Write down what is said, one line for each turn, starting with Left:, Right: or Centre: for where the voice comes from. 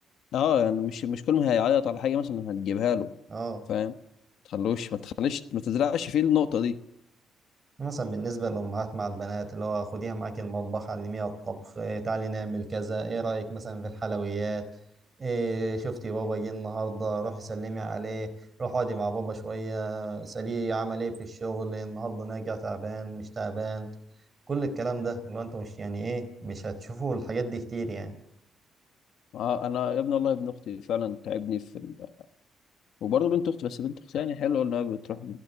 Left: اه يعني مش مش كل ما هيعيط على حاجه مثلا هتجيبها له
Right: اه
Left: فاهم تخلوش ما تخليش ما تزرعش فيه النقطه دي
Right: مثلا بالنسبة للأمهات مع البنات اللي هو خديها معاكي المطبخ علميها الطبخ إيه تعالي نعمل كذا إيه رأيك مثلا في الحلويات إيه شفتي بابا جه النهاردة روحي سلمي عليه روحي اقعدي مع بابا شوية سأليه عمل إيه في الشغل النهاردة نرجع تعبان مش تعبان كل الكلام ده اللي هو أنتوا مش يعني إيه مش هتشوفوا الحاجات دي كتير يعني
Left: آه انا يا ابني والله ابن اختي فعلا تعبني في ال... وبرضه بنت اختي بس بنت اختي يعني حلوه انها بتروح